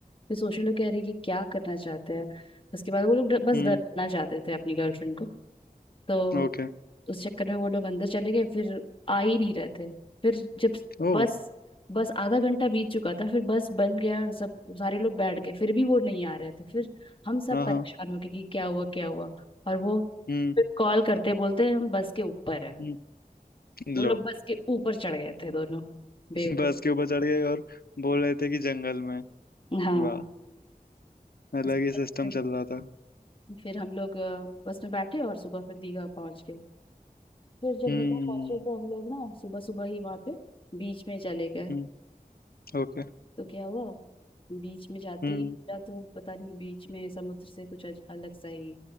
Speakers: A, on the left; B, on the left.
A: फिर सोशल लोग कह रही कि क्या करना चाहते हैं उसके बाद वो लोग डर, बस
B: हम्म
A: डराना चाहते थे अपनी गर्लफ्रेंड को तो
B: ओके
A: उस चक्कर में वो लोग अंदर चले गए फिर आ ही नहीं रहे थे फिर जब
B: ओ
A: बस बस आधा घंटा बीत चुका था फिर बस बन गया और सब सारे लोग बैठ गए फिर भी वो नहीं आ रहे थे फिर हम सब
B: हाँ
A: परेशान
B: हाँ
A: हो गए कि क्या हुआ क्या हुआ और वो
B: हम्म
A: फिर कॉल करते बोलते हैं हम बस के ऊपर है
B: हम्म
A: वो
B: लो
A: लोग बस के ऊपर चढ़ गए थे दोनों
B: <laughs>
A: बेवकूफ
B: बस के ऊपर चढ़ गए और बोल रहे थे कि जंगल में
A: हाँ
B: वाह अलग
A: उसके
B: ही
A: बाद
B: सिस्टम
A: फिर
B: चल रहा था
A: फिर हम लोग अ, बस में बैठे और सुबह फिर दीघा पहुंच गए फिर जब
B: हम्म
A: दीघा पहुंचे तो हम लोग ना सुबह सुबह ही वहां पे बीच में चले गए
B: हम्म ओके
A: तो क्या हुआ बीच में जाते
B: हम्म
A: ही या तो पता नहीं बीच में समुद्र से कुछ अज- अलग सा ही